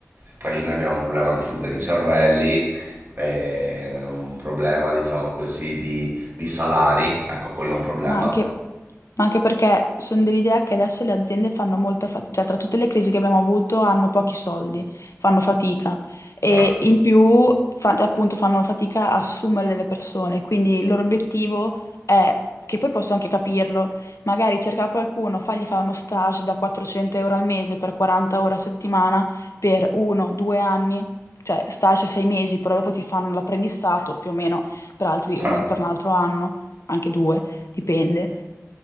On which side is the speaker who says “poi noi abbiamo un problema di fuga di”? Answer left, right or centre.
Right